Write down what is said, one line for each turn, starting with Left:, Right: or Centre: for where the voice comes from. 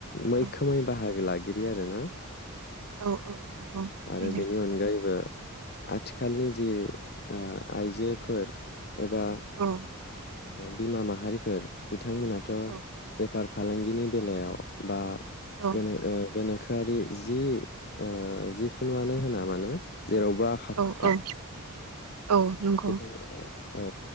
Left: मैखोमै
Right: औ
Left: बाहागो ला बिदि आरो ना।
Right: औ औ। नंगौ थारैनो
Left: आरो बेनि अनगायैबो आथिखालनि जि ओ आइजोफोर एबा
Right: औ
Left: बिमा ओ माहारिफोर बिथांमोनाथ'
Right: औ
Left: बे बेफार फालांगिनि बेलायाव बा
Right: औ
Left: गोनो ओ गोनोखोआरि जि ओ जिखुनुआनो होना मानो जेरावबो आखा
Right: औ
Left: फाखा।
Right: औ औ नंगौ।
Left: बिथां औ